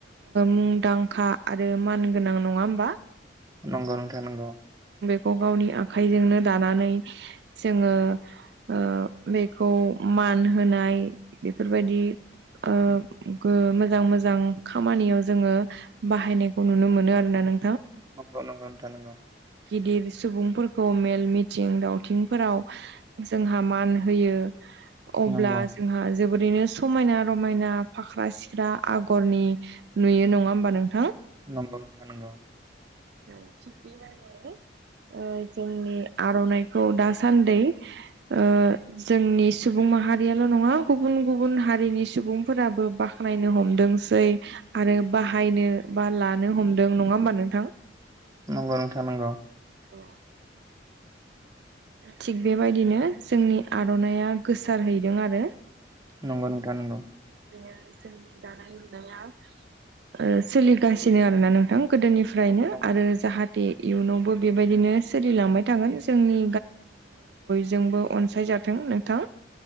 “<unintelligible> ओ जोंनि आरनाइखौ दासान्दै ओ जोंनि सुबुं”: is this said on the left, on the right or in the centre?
Right